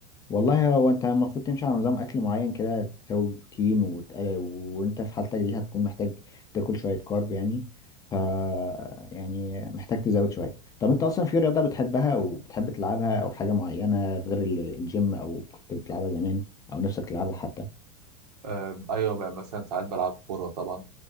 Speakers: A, on the left; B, on the right.
A: والله هو انت المفروض تمشي على نظام اكل معين كده تساوي بروتين وت- وانت في حالتك دي هتكون محتاج تاكل شويه كارب يعني ف يعني محتاج تزود شويه طب انت اصلا في رياضه بتحبها او بتحب تلعبها او حاجه معينه غير ال- الجيم او كنت بتلعبها زمان او نفسك تلعبها حتى
B: أم، ايوه بقى مثلا ساعات بلعب كوره طبعا